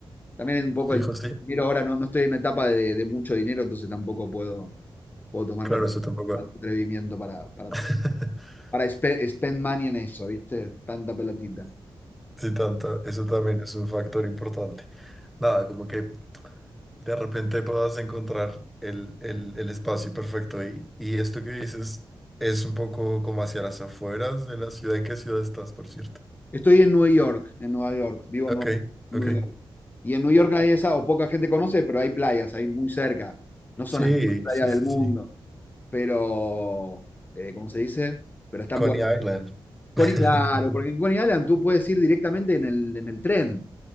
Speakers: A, on the left; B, in the centre.
A: También un poco
B: Fijo
A: el
B: sí.
A: dinero ahora, no, no estoy en una etapa de, de mucho dinero, entonces tampoco puedo, puedo tomarme
B: Claro, eso tampoco.
A: tanto atrevimiento para, para,
B: <laughs>
A: para spe- spend money en eso, ¿viste? Tanta pelatita.
B: Sí, tanto, eso también es un factor importante. Nada, como que de repente puedas encontrar el, el- el espacio perfecto y, y esto que dices es un poco como hacia las afueras de la ciudad. ¿En qué ciudad estás, por cierto?
A: Estoy en Nueva York, en Nueva York, vivo
B: Ok,
A: en Nueva Nueva
B: ok.
A: York. Y en Nueva York hay esa, o poca gente conoce, pero hay playas ahí muy cerca. No son
B: Sí,
A: las mejores playas
B: sí, sí,
A: del mundo.
B: sí.
A: pero, eh, ¿cómo se dice? Pero están
B: Coney
A: buenas.
B: Island,
A: Coney,
B: <laughs>
A: claro, porque en Coney Island tú puedes ir directamente en el, en el tren.